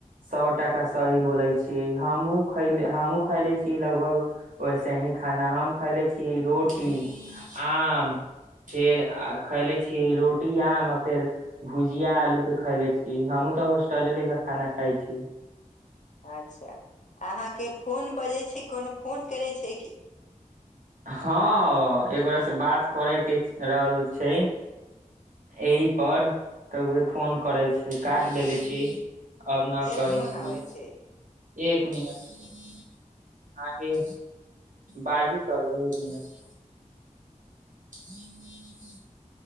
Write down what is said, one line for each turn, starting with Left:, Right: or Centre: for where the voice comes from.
Right: सौ टाका सही बोले छी हमहूँ खैले - हमहुँ खैले छी लगभग वैसे ही खाना हम खायले छी रोटी, आम फेर खैले छीयै रोटी आम आ फेर भुजिया आलू केँ खायले छी हमहुँ तऽ होस्टले लेखा खाना खाय छी
Left: अच्छा अहाँकेँ फोन बजै छै कोनो फोन करै छै कि
Right: हँ एकगोरा से बात करै केँ रहल छै ई पर तऽ उहे फोन करै छै काट देले छी आब नऽ
Left: फेर
Right: करै
Left: फोन
Right: छी
Left: आबै छै
Right: एक मिनट आगे बाजू <unintelligible> एक मिनट <inaudible>